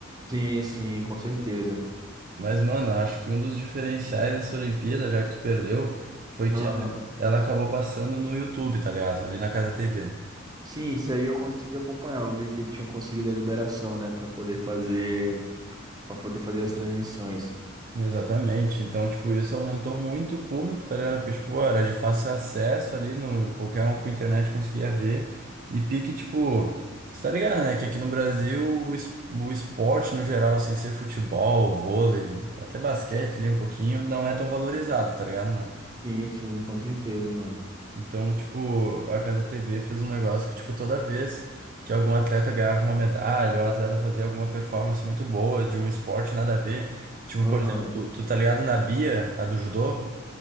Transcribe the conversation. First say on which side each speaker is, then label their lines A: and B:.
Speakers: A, on the right; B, on the right.
A: Sim, sim, com certeza.
B: Mas, mano, eu acho que um dos diferenciais dessa Olimpíada, já que tu perdeu, foi que
A: Aham.
B: ela ela acabou passando no YouTube, tá ligado? Ali na Casa TV.
A: Sim, isso aí eu consegui acompanhar. Eu vi que ele tinha conseguido a liberação, né, Pra poder fazer, para poder fazer as transmissões.
B: Exatamente. Então, tipo, isso aumentou muito o público, tá ligado? Porque, tipo, era de fácil acesso ali, no, qualquer um com internet conseguia ver. E pique, tipo, tu tá ligado, né? Que aqui no Brasil o, es- o esporte no geral, sem ser futebol, vôlei, até basquete ali um pouquinho, não é tão valorizado, tá ligado, mano?
A: Sim, sim, com certeza, mano.
B: Então, tipo, a Casa TV fez um negócio que, tipo, toda vez que algum atleta ganhava uma medalha, ou um atleta fazia alguma performance muito boa de um esporte nada a ver, tipo,
A: Aham.
B: por exemplo, tu tá ligado na Bia, a do judô?